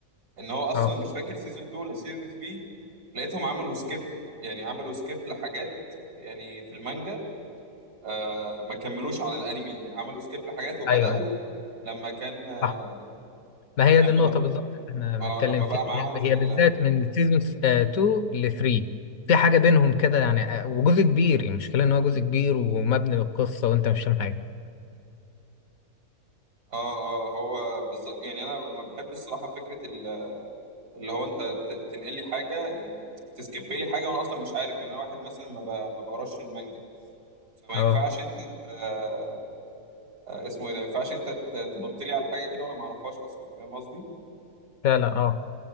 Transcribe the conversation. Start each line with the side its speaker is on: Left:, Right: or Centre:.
Right: إن هو أصلا
Left: اه
Right: مش فاكر سيزون 2 ولا سيزون 3 لقيتهم عملوا سكيب يعني عملوا سكيب لحاجات يعني في المانجا آه، ما كملوش على الأنمي عملوا سكيب لحاجات وبدأوا
Left: ايوه ايوه
Right: لما كان آه،
Left: صح ما هي
Right: لما
Left: دي النقطة
Right: بقى
Left: بالظبط اللي احنا
Right: اه
Left: بنتكلم
Right: لما بقى
Left: فيها
Right: معاهم في
Left: هي
Right: ال
Left: بالذات من سيزون 2 ل 3 في حاجة بينهم كده يعني آه، وجزء كبير المشكلة ان هو جزء كبير ومبني بالقصة وانت مش فاهم حاجة
Right: اه اه هو بالظبط يعني انا ما بحب الصراحه فكره ال- اللي هو انت ت- تنقل لي حاجه يعني تسكيب لي حاجه وانا اصلا مش عارف يعني انا واحد مثلا ما ب- ما بقراش المانجا فما
Left: اه
Right: ينفعش انت ت... آه، آه، اسمه ايه ده ما ينفعش انت تنط لي على حاجه كده وانا ما اعرفهاش اصلا فاهم قصدي
Left: فعلا اه